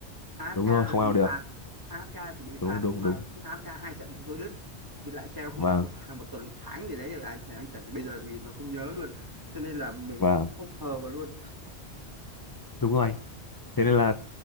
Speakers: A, on the right; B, on the left.
A: AFK
B: đúng rồi không
A: lại bị
B: ao được
A: phạt AFK thì bị phạt
B: đúng đúng
A: mà
B: đúng
A: AFK hai trận thì tôi đứt thì lại treo không
B: vâng
A: mất một tháng, một tuần một tháng gì đấy rồi anh anh chẳng bây giờ thì nó không nhớ luôn cho nên là mình
B: vâng
A: không không sờ vào luôn
B: đúng rồi anh thế nên là